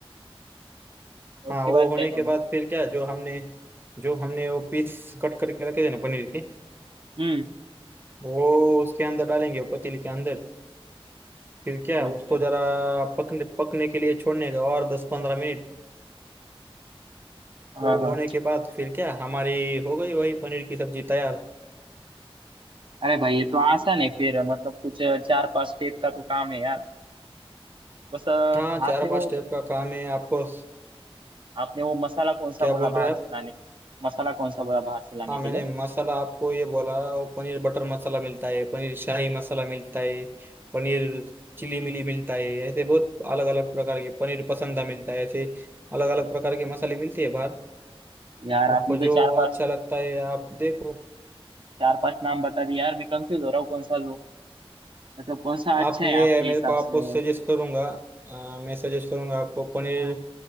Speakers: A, on the right; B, on the right.
A: हाँ
B: उसके
A: वो
B: बाद
A: होने
B: क्या करना
A: के बाद फिर क्या जो हमने जो हमने वो पीस कट करके रखे थे ना पनीर के
B: हम्म
A: वो उसके अंदर डालेंगे पतीली के अंदर फिर क्या
B: अच्छा
A: उसको जरा पकने पकने के लिए छोड़ने का और दस पंद्रह मिनट
B: हाँ
A: वो
B: हाँ
A: होने के बाद फिर क्या हमारी हो गई वही पनीर की सब्जी तैयार
B: अरे भाई ये तो आसान है फिर मतलब कुछ चार पांच स्टेप का तो काम है यार बस अ,
A: हाँ
B: आपने
A: चार
B: वो
A: पांच स्टेप का काम है आपको
B: आपने वो मसाला कौन सा
A: क्या
B: बोला
A: बोल रहे
B: बाहर
A: हैं
B: से
A: आप
B: लाने मसाला कौन सा बोला बाहर से लाने
A: हाँ
B: के
A: मैंने
B: लिए
A: मसाला आपको ये बोला वो पनीर बटर मसाला मिलता है पनीर शाही मसाला मिलता है पनीर चिली मिली मिलता है ऐसे बहुत अलग अलग प्रकार के पनीर पसंदा मिलता है ऐसे अलग अलग प्रकार के मसाले मिलते हैं बाहर
B: यार
A: आपको
B: आपने
A: जो
B: तो चार पांच
A: अच्छा लगता है आप देखो
B: चार पांच नाम बता दिए यार मैं कंफ्यूज हो रहा हूँ कौन सा लूँ मतलब कौन सा अच्छा
A: आप मैं
B: है आपके
A: मेरे
B: हिसाब
A: को आपको
B: से
A: सजेस्ट करूंगा अ, मैं सजेस्ट करूंगा आपको पनीर